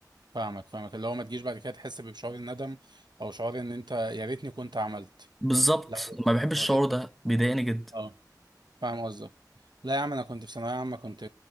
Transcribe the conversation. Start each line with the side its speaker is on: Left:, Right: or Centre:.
Right: فاهمك فاهمك اللي هو ما تجيش بعد كده تحس بشعور الندم او شعور ان انت يا ريتني كنت عملت
Centre: بالظبط
Right: لو
Centre: ما بحبش
Right: لو
Centre: الشعور
Right: قدرت
Centre: ده بيضايقني جدا
Right: اه فاهم قصدك لا يا عم انا كنت في ثانوية عامة كنت